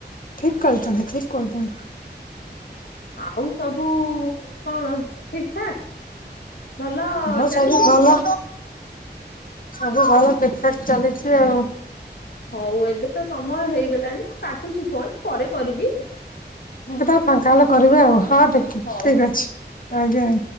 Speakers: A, on the left; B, on the left.
A: ଠିକ କହିଚନ୍ତି ଠିକ କରୁଚନ୍ତି।
B: ଆଉ ସବୁ କଣ ଠିକ ଠାକ। ଭଲ
A: ହଁ
B: ଚାଲିଚି।
A: ସବୁ ଭଲ ସବୁ ଭଲ ଠିକଠାକ ଚାଲିଚି ଆଉ।
B: ହଉ ଏବେ ତ ସମୟ ହେଇଗଲାଣି ମୁଁ କାଟୁଚି ଫୋନ ପରେ କରିବି।
A: ମୁଁ କେତବେଳେ ଫାଙ୍କା ହେଲେ କରିବି ଆଉ ହଁ ଠିକ
B: ହଉ
A: ଠିକ ଠିକ
B: ହଉ
A: ଅଛି ଆଜ୍ଞା ଆ